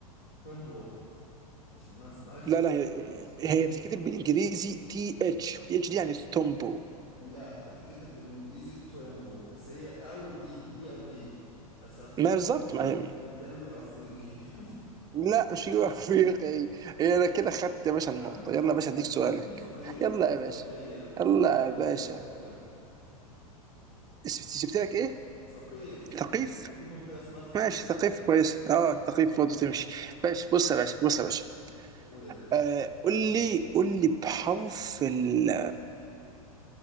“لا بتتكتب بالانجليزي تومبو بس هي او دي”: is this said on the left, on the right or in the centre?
Left